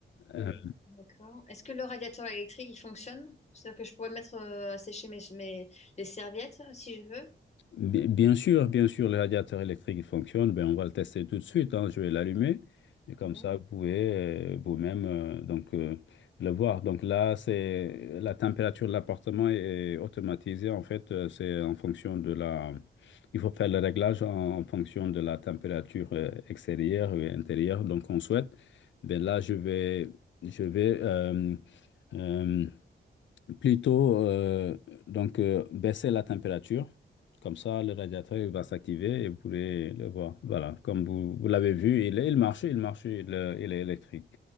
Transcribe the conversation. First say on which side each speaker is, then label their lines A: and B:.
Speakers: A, on the left; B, on the left.
A: Oui.
B: Euh,
A: D'accord. Est-ce que le radiateur électrique, il fonctionne? C'est-à-dire que je pourrais mettre euh, à sécher mes, mes- les serviettes euh, si je veux?
B: Bi- Bien sûr, bien sûr, le radiateur électrique il fonctionne. Ben, on va le tester tout de suite. hein. Je vais l'allumer. Et comme
A: Oui.
B: ça, vous pouvez euh, vous-même euh, donc, euh, le voir. Donc là, c'est la température de l'appartement est automatisée. En fait, euh, c'est en fonction de la... Il faut faire le réglage en, en fonction de la température euh, extérieure et intérieure. Donc, on souhaite. Ben là, je vais, je vais euh, euh, Plutôt, euh, donc, euh, baisser la température. Comme ça, le radiateur il va s'activer et vous pourrez le voir. Voilà, comme vous, vous l'avez vu, il, il marche, il marche, il, euh, il est électrique.